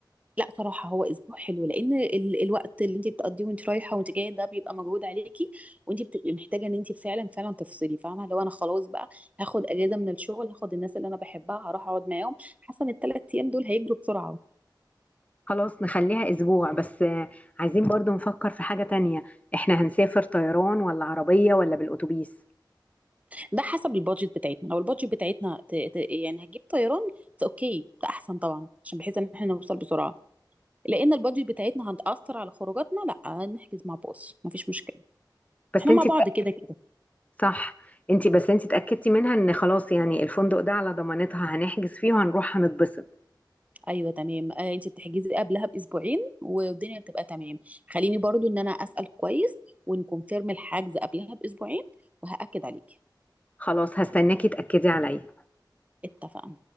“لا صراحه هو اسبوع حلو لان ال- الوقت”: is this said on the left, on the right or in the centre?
Right